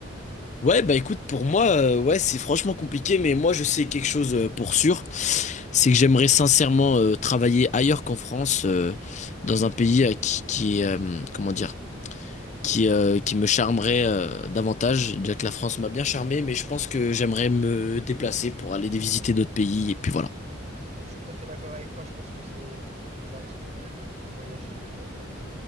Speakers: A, on the left; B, on the right.
A: Ouais, bah écoute, pour moi, euh, ouais, c'est franchement compliqué, mais moi, je sais quelque chose euh, pour sûr, c'est que j'aimerais sincèrement euh, travailler ailleurs qu'en France, euh, dans un pays euh, qui, qui, euh, comment dire, qui, euh, qui me charmerait euh, davantage, déjà que la France m'a bien charmé, mais je pense que j'aimerais me déplacer pour aller visiter d'autres pays, et puis voilà.
B: Je suis tout à fait d'accord avec toi. Je pense que c'est, ça reste le mieux de, de voyager dans le monde, ouais.